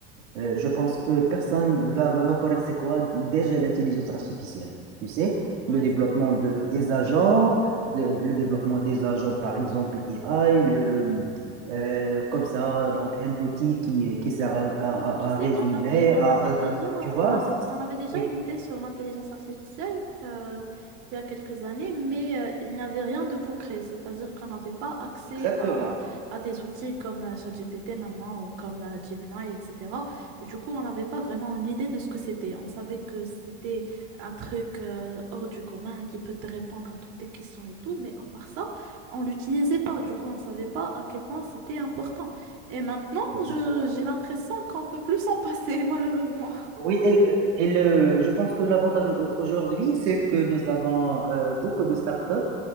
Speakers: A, on the right (about 80°); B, on the right (about 55°).
A: Euh, je pense que personne va, va, va connaître c'est quoi déjà l'intelligence artificielle. Tu sais,
B: Ouais,
A: le développement
B: c'est vrai.
A: de, des agents, de- de- le développement des agents, par exemple, AI, le, euh, comme ça, donc un outil qui, qui sert à, à,
B: Oui,
A: à-
B: bah, tu sais,
A: à résumer,
B: on avait, on
A: à,
B: avait
A: à-
B: déjà,
A: à- tu vois?
B: on avait,
A: c'est- c'est-
B: on avait déjà
A: Oui,
B: une idée sur l'intelligence artificielle euh, il y a quelques années, mais euh, il n'y avait rien de concret. C'est-à-dire qu'on n'avait pas accès
A: exactement,
B: à, à des outils comme euh, ChatGPT maintenant ou comme euh, Gemini, etc. Du coup, on n'avait pas vraiment une idée de ce que c'était. On savait que c'était un truc euh, hors du commun qui peut te répondre à toutes tes questions et tout, mais à part ça, on l'utilisait pas. Du coup, on savait pas à quel point c'était important. Et maintenant,
A: exactement.
B: je, j'ai l'impression qu'on peut plus s'en passer, <laughs> malheureusement.
A: Oui, et, et le, je pense que l'avantage au- aujourd'hui, c'est que nous avons euh, beaucoup de startups